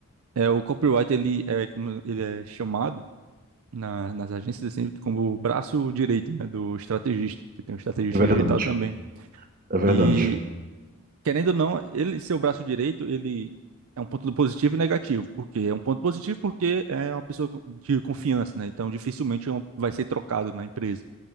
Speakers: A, on the right; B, on the right.
A: É, o copyright, ele é, como ele é chamado na- nas agências assim, como o braço direito, né, do estrategista, que tem um estrategista
B: É verdade.
A: digital também.
B: É verdade.
A: E querendo ou não, ele, seu braço direito, ele é um ponto positivo e negativo. Por quê? É um ponto positivo porque é uma pessoa de confiança, né? Então, dificilmente é um- vai ser trocado na empresa.